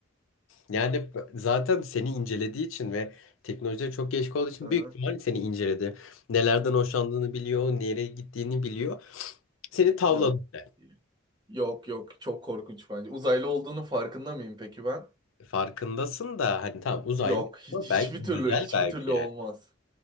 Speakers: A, on the left; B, on the right.
A: yani zaten seni incelediği için ve teknolojiye çok geç olduğu için
B: Hı?
A: büyük ihtimalle seni inceledi. Nelerden hoşlandığını biliyor, nereye gittiğini biliyor. Seni tavladı.
B: Yok.
A: bile.
B: Yok yok çok korkunç bence. Uzaylı olduğunu farkında mıyım peki ben?
A: Farkındasın da hani tamam uzaylı
B: Yok hiç,
A: ama
B: hiçbir
A: belki
B: türlü
A: güzel
B: hiçbir
A: belki
B: türlü
A: yani.
B: olmaz.